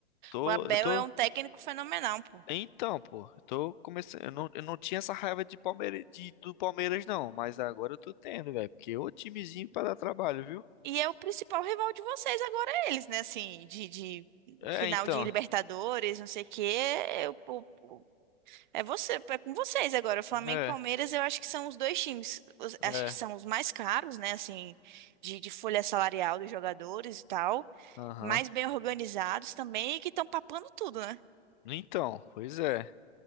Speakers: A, on the left; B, on the right.
A: tô,
B: o Abel
A: eu tô.
B: é um técnico fenomenal, pô.
A: Então, pô, eu tô começando. Eu não, eu não tinha essa raiva de Palmeira, de, do Palmeiras, não, mas agora eu tô tendo, velho, porque é o timezinho pra dar trabalho, viu?
B: E é o principal rival de vocês agora, é eles, né? Assim, de, de
A: É,
B: final
A: então.
B: de Libertadores, não sei o quê. É, o- o- o- é você, é com vocês agora. Flamengo
A: é.
B: e Palmeiras, eu acho que são os dois times, os- acho
A: É,
B: que são os mais caros, né? Assim, de, de folha salarial dos jogadores e tal,
A: aham.
B: mais bem organizados também e que estão papando tudo, né?
A: Então, pois é.